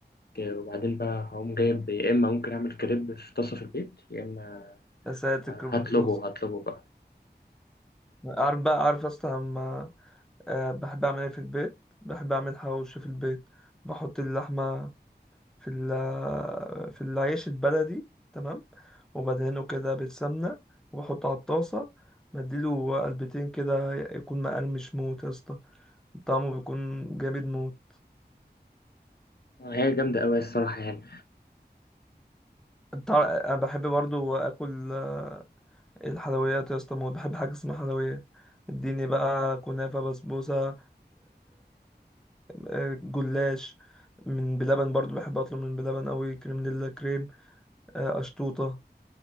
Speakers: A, on the left (about 65°); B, in the centre.
A: وبعدين بقى هقوم جايب يا إما ممكن أعمل كريب في طاسة في البيت يا إما
B: يا ساتر
A: هطلبه
B: كريبتوس
A: هطلبه بقى
B: عارف بقى عارف اصلا لما آه، بحب اعمل ايه في البيت بحب اعمل حواوشي في البيت بحط اللحمه في ال في العيش البلدي تمام وبدهنه كده بالسمنه وبحطه على الطاسه بديله قلبتين كده يكون مقرمش موت يا اسطى طعمه بيكون جامد موت
A: هي جامدة أوي الصراحة يعني
B: بتاع انا بحب برضو اكل آه، الحلويات يا اسطى موت. بحب حاجه اسمها حلويات اديني بقى كنافه بسبوسه آه، آه، جلاش من بلبن برضو بحب اطلب من بلبن قوي كريم كريم آه، اشطوطه